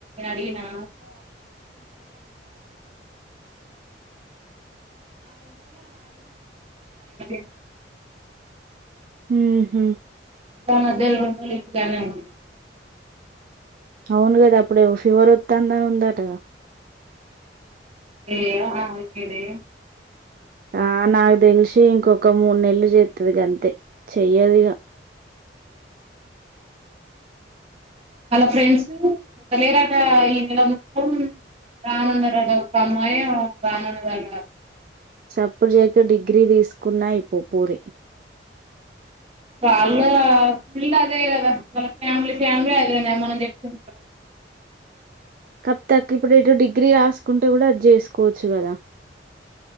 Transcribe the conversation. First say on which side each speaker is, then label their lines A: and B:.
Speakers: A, on the right; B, on the right.
A: అడిగితే <inaudible>
B: హూ హు
A: గ మధ్యల రెండు రోజులు ఇంటికాడనే ఉన్న
B: అవును కదా అప్పుడో ఫీవర్ వత్తంది అని ఉందటగా
A: ఏమో ఆమెకేలే
B: ఆ నాకు తెల్సి ఇంకొ ఒక మూడు నెలలు చెత్తది గంతే చెయ్యదు ఇగ
A: వాళ్ళ ఫ్రెండ్స్ పోతలేరాట ఈ నెల మొత్తం రామన్నారట ఒక అమ్మాయి ఏమో రామన్నారట
B: చప్పుడుచేయక డిగ్రీ తీసుకున్నా అయిపోవు పూరి
A: వాళ్ళ ఫీల్డ్ అదే కదా వాళ్ళ ఫ్యామిలీ ఫ్యామిలీ అదే నే మనం చెప్తే
B: కప్పు తాకు ఇప్పుడు ఎటు డిగ్రీ రాసుకుంటు కూడా అది చేసుకోవచ్చు కదా